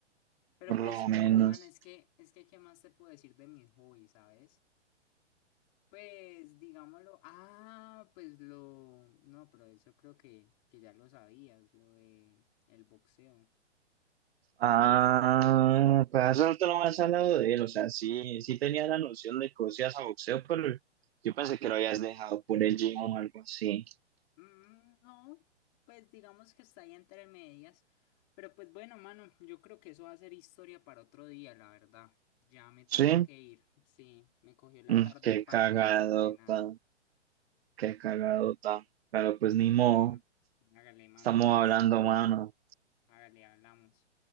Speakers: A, on the left; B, on the right.
A: Pero
B: por
A: pues,
B: lo menos.
A: ah, man, es que, es que, ¿qué más te puedo decir de mi hobby, sabes? Pues, digámoslo, ah, pues lo, no, pero eso creo que, que ya lo sabías, lo de el boxeo.
B: Ah, pues hace rato no me has hablado de él, o sea, sí, sí tenía la noción de que vos ibas a boxeo, pero yo pensé que lo habías dejado por el gym o algo así.
A: Mm, no, pues digamos que está ahí entre medias. Pero pues bueno, mano, yo creo que eso va a ser historia para otro día, la verdad. Ya me tengo
B: Sí,
A: que ir. Sí, me cogió la
B: Mm,
A: tarde
B: qué
A: para
B: cagadota,
A: ir a entrenar.
B: qué cagadota, pero pues ni modo,
A: Bueno, hágale, mano,
B: estamos
A: cuídese.
B: hablando, mano.
A: Hágale, hablamos.